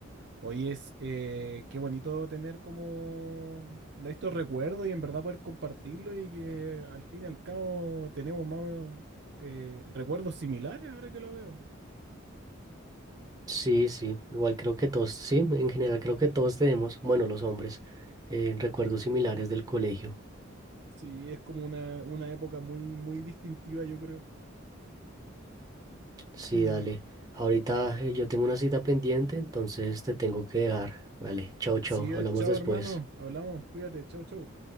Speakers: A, on the right; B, on the right.
A: Hoy es, eh, qué bonito tener como de estos recuerdos y en verdad poder compartirlo y que al fin y al cabo tenemos más o menos eh, recuerdos similares ahora que lo veo.
B: Sí, sí, igual creo que todos, sí, en general creo que todos tenemos, bueno, los hombres, eh, recuerdos similares del colegio.
A: Sí, es como una, una época muy, muy distintiva, yo creo. <clears throat>
B: Sí, dale. Ahorita eh, yo tengo una cita pendiente, entonces te tengo que dejar. Vale, chao, chao.
A: Sí, eh,
B: Hablamos
A: chao,
B: después.
A: hermano. Hablamos. Cuídate. Chao, chao.